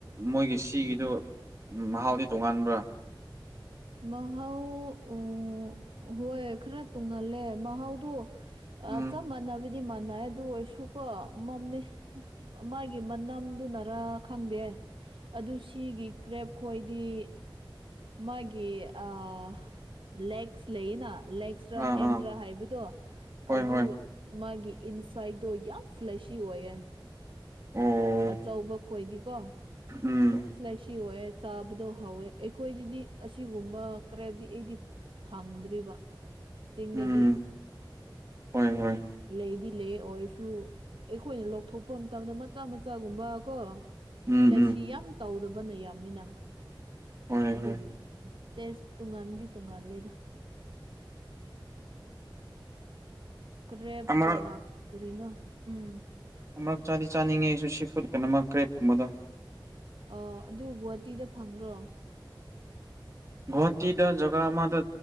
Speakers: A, on the right (about 35°); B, on the right (about 85°).
A: ꯃꯣꯏꯒꯤ ꯁꯤꯒꯤꯗꯨ ꯎꯝ ꯃꯍꯥꯎꯗꯤ ꯇꯣꯉꯥꯟꯕ꯭ꯔꯥ
B: ꯃꯍꯥꯎ ꯎ ꯍꯣꯏ ꯈꯔ ꯇꯣꯉꯥꯜꯂꯦ ꯃꯍꯥꯎꯗꯣ ꯑ
A: ꯎꯝ
B: ꯆꯞ ꯃꯥꯟꯅꯕꯗꯤ ꯃꯥꯟꯅꯩ ꯑꯗꯨ ꯑꯣꯏꯔꯁꯨꯀꯣ ꯃꯝꯃꯦ꯫ ꯃꯥꯒꯤ ꯃꯅꯝꯗꯨꯅꯔꯥ ꯈꯪꯗꯦ꯫ ꯑꯗꯨ ꯁꯤꯒꯤ ꯀ꯭ꯔꯦꯞ ꯈꯣꯏꯗꯤ ꯃꯥꯒꯤ꯫ ꯂꯦꯒꯁ ꯂꯩꯅ ꯂꯦꯒꯁ ꯇ꯭ꯔ
A: ꯑꯥ
B: ꯍꯦꯟꯗ꯭ꯔꯥ
A: ꯑꯥ
B: ꯍꯥꯏꯕꯗꯣ
A: ꯍꯣꯏ
B: ꯑꯗꯨ
A: ꯍꯣꯏ
B: ꯃꯥꯒꯤ ꯏꯟꯁꯥꯏꯠꯇꯣ ꯌꯥꯝ ꯐ꯭ꯂꯦꯁꯤ ꯑꯣꯏꯌꯦ꯫
A: ꯑꯣ
B: ꯑꯆꯧꯕ ꯈꯣꯏꯗꯤꯀꯣ꯫
A: ꯎꯝ
B: ꯑꯗꯨꯝ ꯏꯁꯂꯥꯏꯁꯤ ꯑꯣꯏꯌꯦ ꯆꯥꯕꯗꯣ ꯍꯥꯎꯋꯦ ꯑꯩꯈꯣꯏꯗꯗꯤ ꯑꯁꯤꯒꯨꯝꯕ ꯀꯔ ꯍꯥꯏꯝꯗꯤ ꯑꯩꯗꯤ ꯐꯪꯗ꯭ꯔꯤꯕ ꯆꯤꯡꯗꯗꯤ
A: ꯎꯝ ꯍꯣꯏ ꯍꯣꯏ
B: ꯂꯩꯗꯤ ꯂꯩ ꯑꯣꯏꯔꯁꯨ ꯑꯩꯈꯣꯏꯅ ꯂꯧꯊꯣꯛꯄ ꯃꯇꯝꯗ ꯃꯆꯥ ꯃꯆꯥꯒꯨꯝꯕ ꯀꯣ
A: ꯎꯝ
B: ꯐ꯭ꯂꯦꯁꯁꯤ
A: ꯎꯝ
B: ꯌꯥꯝ ꯇꯧꯗꯕꯅ ꯌꯥꯝꯅꯤꯅ
A: ꯍꯣꯏ
B: ꯑꯗꯨꯒꯤ
A: ꯍꯣꯏ
B: ꯑꯁ ꯇꯦꯁ ꯇꯨꯡꯉꯥꯟꯗꯤ ꯇꯣꯉꯥꯟ ꯂꯦꯗ ꯀ꯭ꯔꯦꯞꯒ
A: ꯑꯃꯔꯛ
B: ꯀꯔꯤꯅꯣ ꯎꯝ
A: ꯑꯃꯨꯔꯛ ꯆꯥꯗꯤ ꯆꯥꯅꯤꯡꯉꯦꯁꯨ ꯁꯤ ꯐꯨꯗ ꯀꯩꯅꯣꯃ ꯀ꯭ꯔꯦꯞꯀꯨꯝꯕꯗꯣ
B: ꯑꯣ ꯑꯗꯨ ꯒꯨꯍꯥꯇꯤꯗ ꯐꯪꯗ꯭ꯔꯣ?
A: ꯒꯨꯍꯥꯇꯤꯗ ꯖꯒꯥ ꯑꯃꯗ